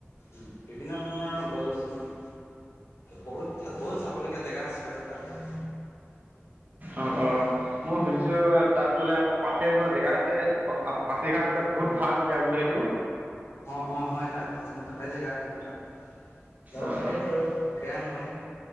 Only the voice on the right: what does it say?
অঁ অঁ। মই শুনিছো তাত বোলে পাছে বুলি জেগা এটা আছে পাচিঘাটট বহুত ভাল জেগা বোলে সেইটো?
অ',